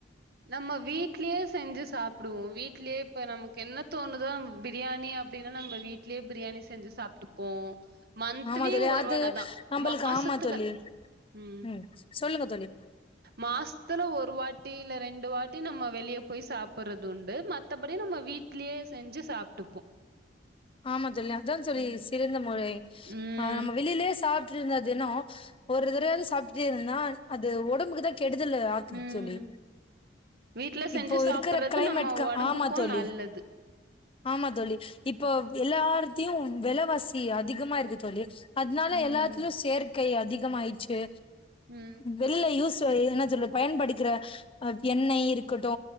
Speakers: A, on the right; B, on the left.
A: நம்ம வீட்லயே செஞ்சு சாப்டுவோ வீட்லயே இப்ப நமக்கு என்ன தோணுதோ நம்ம பிரியாணி அப்டின்னா நம்ம வீட்லயே பிரியாணி செஞ்சு சாப்ட்டுப்போ மந்த்த்லி
B: ஆமா தோழி
A: ஒரு
B: அது
A: வாட தா
B: நம்மளுக்கு
A: மாசத்துல
B: ஆமா தோழி
A: உம்
B: ம் சொல்லுங்க தோழி
A: மாசத்துல ஒரு வாட்டி இல்ல ரெண்டு வாட்டி நம்ம வெளிய போய் சாப்பிறதுண்டு மத்தபடி நம்ம வீட்லயே செஞ்சு சாப்ட்டுப்போ
B: ஆமா தோழி அதா தோழி
A: ம்
B: சிறந்த முறை
A: ம்
B: ஆஹ் நம்ம வெளியிலேயே சாப் சாப்ட்டு இருந்தே தினோ ஒரு தடவயாது சாப்டுட்டே இருந்தேனா அது உடம்புக்கு தா கெடுதலு ஆக்குது
A: ம்
B: தோழி
A: வீட்ல செஞ்சு
B: இப்போ
A: சாப்புறது
B: இருக்கிற கிளைமேட்கு
A: நம்ம ஒடம்புக்கு
B: ஆமா தோழி
A: நல்லது
B: ஆமா தோழி இப்போ எல்லாத்தையு விலவாசி அதிகமா இருக்கு தோழி அதனால
A: ம்
B: எல்லாத்லயு சேற்கை அதிகமாயிருச்சு
A: ம்
B: வெள்ள யூஸ் என்ன சொல்ல பயன்படுக்கிறஹ் எண்ணெய் இருக்கட்டு